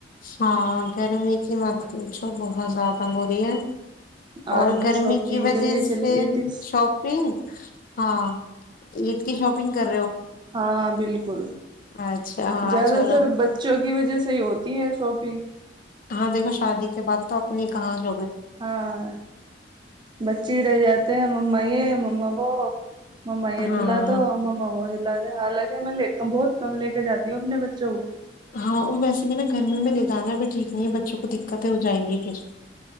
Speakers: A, on the left; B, on the right.
A: ہاں گرمی کی مات تو بہت زیادہ ہو رہی ہے
B: آج
A: اور
B: میں
A: گرمی
B: شاپنگ
A: کی وجہ
B: کے لیے چلی
A: سے
B: گئی تھی
A: شاپنگ ہاں عید کی شاپنگ کر <unintelligible>
B: ہاں بالکل
A: اچھا ہاں
B: زیادہ
A: چلو
B: تر بچوں کی وجہ سے ہی ہوتی ہے سوپی <unintelligible>
A: ہاں دیکھو شادی کے بعد تو اپنی کہاں ج
B: ہاں بچی رہ جاتے ہیں ما نو <unintelligible> م
A: ہے
B: ا
A: ہاں
B: دلااد ا م <unintelligible> حالانکہ میں بہت کم لے کے جاتی ہوں اپنے بچوں کو
A: ہاں اور ویسے بھی نا گرمی میں لے جانا بھی ٹھیک تنی بچوں کو دقتیں ہو جائیں گی کھر